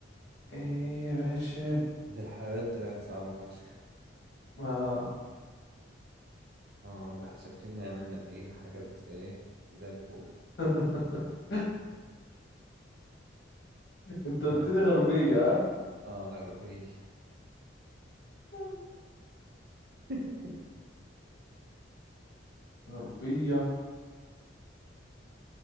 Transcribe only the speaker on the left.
ايه يا باشا
آه.
<laughs> انت قلت
لي غربية
ها
غربية